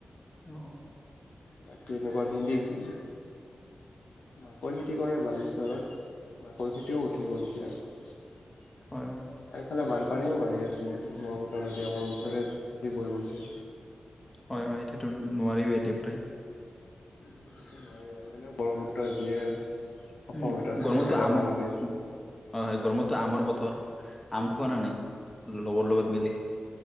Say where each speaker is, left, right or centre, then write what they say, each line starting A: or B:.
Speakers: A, on the left (about 20°); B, on the left (about 80°).
A: অ' অ'
B: বাকী এনেকুৱা ভেন্দি চেন্দি মাকৈ খেতি কৰে বাৰু পাছত পৰিস্থিতিও উঠি
A: অ
B: গ'ল এতিয়াফালে
A: হয় হয়
B: ব পানীও বাঢ়ি আছে মানে ব্ৰহ্মপুত্ৰ নদী আমাৰ ওচৰে দি বৈ গৈছে।
A: হয় হয় এতিয়াতো নোৱাৰিবেই এতিয়া প্ৰায়
B: উ সেইটো নোৱাৰি আৰু এনেও ব্ৰহ্মপুত্ৰ যিয়ে অসমত
A: উম
B: চবতকৈ
A: গৰমতো
B: ডাঙৰ
A: আম হয়
B: নদী।
A: হয় গৰমতো আমৰ বতৰ বতৰ আম খোৱা নানাই লগৰ লগত মিলি